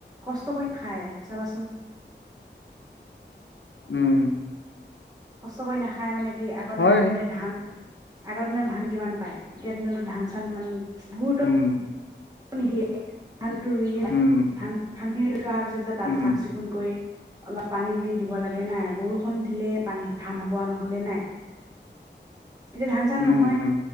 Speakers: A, on the right; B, on the left.
A: কষ্ট কৰি খায় চাবাচোন।
B: উম।
A: কষ্ট কৰি নাখায় মানে কি আগতে
B: হয়
A: দিনতে ধান আগৰ দিনা ধান কিমান পায়, এতিয়া দিনতো ধান চান ইমান গুৰুত্ব
B: উম।
A: নিদিয়ে। ধানটো ৰুইয়ে
B: উম
A: ধান ধানখিনি থোৱাৰ পিছত যে তাত
B: উম
A: চাফ চিকুণ কৰি। অলপ পানী <inaudible> দিব লাগে নাই বৰষুণ দিলে পানীত ধান হ'ব, নহলে নাই। এতিয়া ধান চান
B: উম,
A: নহয়
B: উম,